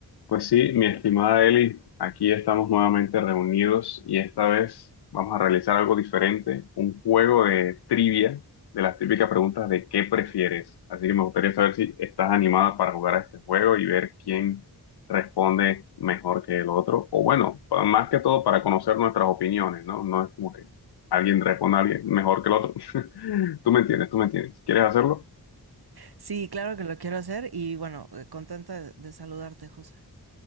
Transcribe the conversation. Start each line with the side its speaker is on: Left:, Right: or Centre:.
Left: Pues sí, mi estimada Eli, aquí estamos nuevamente reunidos y esta vez vamos a realizar algo diferente, un juego de trivia de las típicas preguntas de qué prefieres. Así que me gustaría saber si estás animada para jugar a este juego y ver quién responde mejor que el otro. O bueno, pa- más que todo para conocer nuestras opiniones, ¿no? No es como que alguien responda a alguien mejor que el otro. <laughs> Tú me entiendes, tú me entiendes. ¿Quieres hacerlo?
Right: Sí, claro que lo quiero hacer y bueno, eh, contenta de, de saludarte, José.